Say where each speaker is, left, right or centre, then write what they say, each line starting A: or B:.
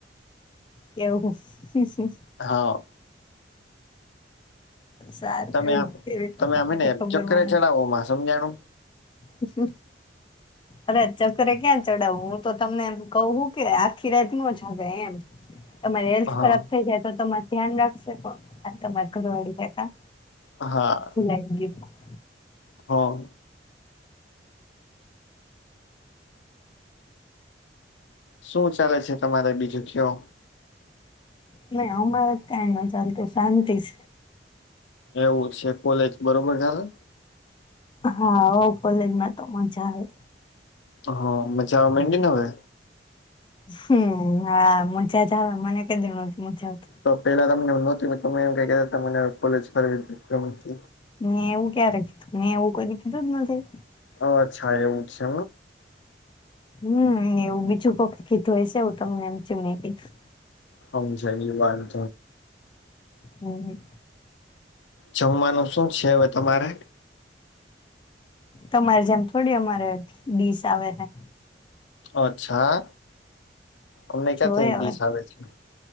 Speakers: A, on the left; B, on the left.
A: એવું હું હું
B: હા
A: સારું
B: તમે
A: એ
B: આમ
A: કેવી
B: તમે આમ હેને
A: ખબર
B: ચક્કરે
A: મને
B: ચડાવો માં સમજાણું
A: અછ અરે ચકરે ક્યાં ચડાવું હું તો તમનેમ કહ કે આખી રાત ન જાગ એમ
B: <inaudible>
A: તમારી હેલ્થ
B: હા
A: ખરાબ થઈ જાય તો તમાર ધ્યાન રાખશે કોણ આ તમારે ઘર વાળી જતા.
B: હા.
A: <unintelligible>
B: હા શું ચાલે છે તમારે બીજું કયો
A: નહી અમારા જ કં ન ચાલતું શાંતિ જ
B: એવું છે કોલેજ બરોબર ચાલે
A: હા કોલેજમાં તો મજા આવે
B: હ મજા મંડીને હવે
A: હમ હ મોચા ચા મને કે ન મોચ્યાત
B: તો પેલા તમને નહોતી તમે એમ ક કે મ કોજ ફ
A: મેં એવું ક્યારે કીધું મેં એવું કઈ કીધું જ નથી
B: અચ્છા એવું જ છે
A: હમ એવું બીજું કોક કીધું હશેવું તમને એમ ચ મે કીધું
B: હમ છે વાનું
A: હમ
B: જમવાનું શું છે હવે તમારે
A: તમારે જેમ થોડી અમારે ડીસ આવે છેે
B: અચ્છા અમને ક્યાં
A: જોય
B: થઈને
A: હવે
B: દિસ આવે છે